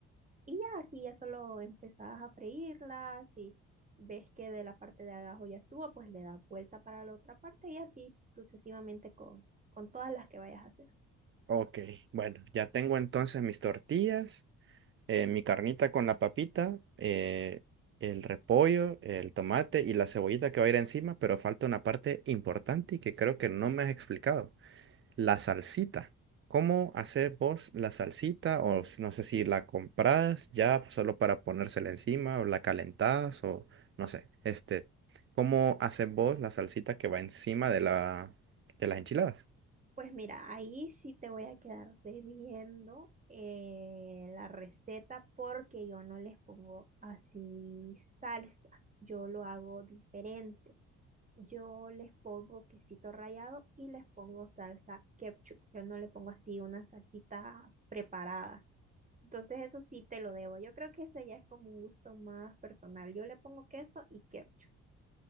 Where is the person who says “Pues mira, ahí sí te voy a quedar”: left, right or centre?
Right